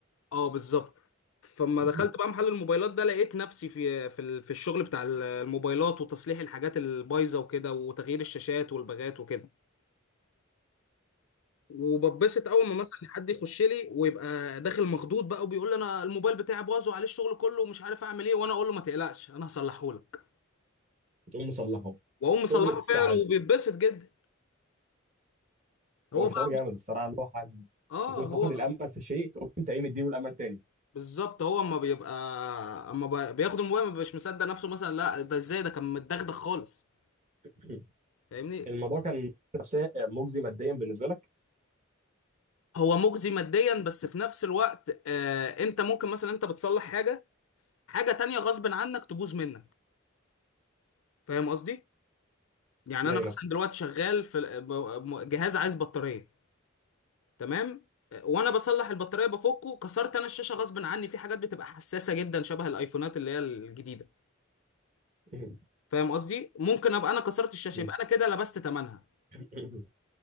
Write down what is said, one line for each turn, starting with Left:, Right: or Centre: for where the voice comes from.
Left: اه بالظبط فلما
Right: <clears throat>
Left: دخلت بقى محل الموبايلات ده لقيت نفسي في في ال- في الشغل بتاع ال- الموبايلات وتصليح الحاجات البايظه وكده وتغيير الشاشات والباجات وكده وببسط اول ما مثلا حد يخش لي ويبقى داخل مخضوض بقى وبيقول لي انا الموبايل بتاعي باظ وعليه الشغل كله ومش عارف اعمل ايه وانا اقول له ما تقلقش انا هصلحه لك
Right: وتقوم مصلحه
Left: واقوم مصلحه
Right: قمه السعاده
Left: فعلا وبيتبسط جدا هو
Right: هو شعور
Left: بقى
Right: جامد الصراحه اللي هو حد
Left: اه
Right: يكون فاقد
Left: هو
Right: الامل في شيء تقوم انت ايه مديله الامل تاني
Left: بالظبط هو اما بيبقى اما بقى- بياخد الموبايل ما بيبقاش مصدق نفسه مثلا لا ده ازاي ده كان متدغدغ خالص
Right: <clears throat> <laughs>
Left: فاهمني
Right: الموضوع كان نفسيا مجزي ماديا بالنسبه لك
Left: هو مجزي ماديا بس في نفس الوقت آه انت ممكن مثلا انت بتصلح حاجه حاجه تانية غصب عنك تبوظ منك فاهم قصدي يعني
Right: ازاي
Left: انا مثلا
Right: مثلا
Left: دلوقتي شغال في ال- ب- م- جهاز عايز بطاريه تمام آه، وانا بصلح البطاريه بفكه كسرت انا الشاشه غصب عني في حاجات بتبقى حساسه جدا شبه الايفونات اللي هي الجديده
Right: <clears throat>
Left: فاهم قصدي ممكن ابقى انا كسرت الشاشه
Right: <laughs>
Left: يبقى انا كده لبست ثمنها
Right: <laughs>